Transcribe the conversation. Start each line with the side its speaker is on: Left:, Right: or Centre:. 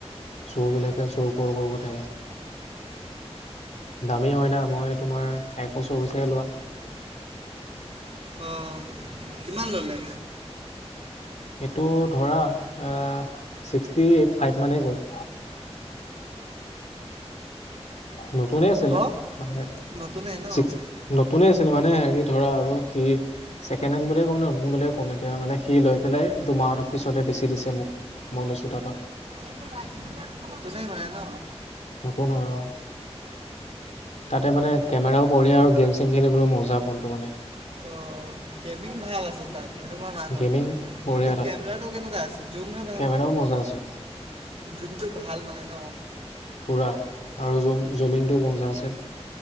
Left: চোৰবিলাকে চোৰ কৰো কৰো কৈ থাকে দামী হয় না মই তোমাৰ এক বছৰ হৈছেহে লোৱা।
Right: অ কিমান ল'লে
Left: এইটো ধৰা অহ ছিক্সটি এইট ফাইভ মানেই গ'ল। নতুনে আছিলে
Right: অঁ
Left: মানে
Right: নতুনেই ন
Left: ছিক্স
Right: অঁ
Left: নতুনে আছিল মানে হেৰি ধৰা আৰু সি ছেকেণ্ড হেণ্ড বুলিয় ক'ম নে নতুন বুলিয় ক'ম এতিয়া, মানে সি লৈ পেলাই দুমাহৰ পিছতে বেছি দিছে। মোক, মই লৈছোঁ তাৰপৰা।
Right: <inaudible> নতুনে হয় ন?
Left: নতুন হয় অ'। তাতে মানে কেমেৰাও বঢ়িয়া, আৰু গেম-চেম খেলিবলৈও মজা ফোনটো মানে।
Right: অ, গেমিং ভাল আছে তাত। সেইটো মই মানো।
Left: গেমিং বঢ়িয়া
Right: কিন্তু
Left: তাত
Right: কেমেৰাটো কেনেকুৱা আছে? জুমহে ভাল।
Left: কেমেৰাও মজা আছে
Right: যোনটো ভাল মানে ন।
Left: পুৰা আৰু জুম-জুমিংটোও মজা আছে।